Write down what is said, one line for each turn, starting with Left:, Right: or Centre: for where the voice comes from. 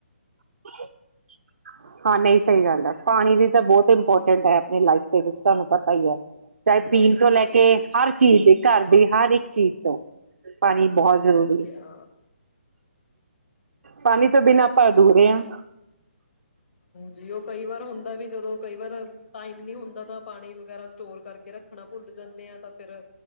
Right: <inaudible> ਹਾਂ ਨਹੀਂ ਸਹੀ ਗੱਲ ਹੈ ਪਾਣੀ ਦੀ ਤਾਂ ਬਹੁਤ ਇੰਪੋਰਟੈਂਟ ਹੈ ਆਪਣੀ ਲਾਈਫ ਦੇ ਵਿੱਚ ਤੁਹਾਨੂੰ ਪਤਾ ਹੀ ਹੈ ਚਾਹੇ ਪੀਣ
Left: ਹਾਂਜੀ,
Right: ਤੋਂ ਲੈ ਕੇ ਹਰ ਚੀਜ਼ ਦੇ ਘਰ ਦੀ ਹਰ ਇੱਕ ਚੀਜ਼ ਤੋਂ ਪਾਣੀ
Left: ਹੋਰ
Right: ਬਹੁਤ ਜ਼ਰੂਰੀ
Left: ਕਿਆ।
Right: ਪਾਣੀ ਤੋਂ ਬਿਨਾਂ ਆਪਾਂ ਅਧੂਰੇ ਹਾਂ
Left: ਜੀ ਉਹ ਕਈ ਵਾਰ ਹੁੰਦਾ ਵੀ ਜਦੋਂ ਕਈ ਵਾਰ ਟਾਈਮ ਨੀ ਹੁੰਦਾ ਤਾਂ ਪਾਣੀ ਵਗੈਰਾ ਸਟੋਰ ਕਰਕੇ ਰੱਖਣਾ ਭੁੱਲ ਜਾਂਦੇ ਆ ਤਾਂ ਫਿਰ